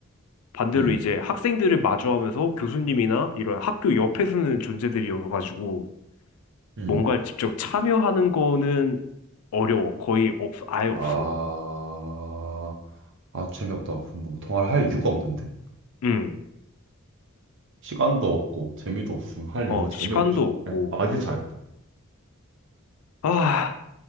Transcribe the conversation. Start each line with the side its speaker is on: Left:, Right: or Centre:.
Left: 반대로
Right: 음,
Left: 이제 학생들을 마주하면서 교수님이나 이런 학교 옆에 서는 존재들이어가지고
Right: 음.
Left: 뭔가 직접 참여하는 거는 어려워. 거의 없, 아예 없어.
Right: 아, 아, 재미없다. 그럼 뭐, 통화를 할 이유가 없는데?
Left: 음,
Right: 시간도 없고, 재미도 없으면 할
Left: 어,
Right: 이유가 전혀
Left: 시간도
Right: 없지.
Left: 없고.
Right: 그래, 아, 이게 잘했다.
Left: 아,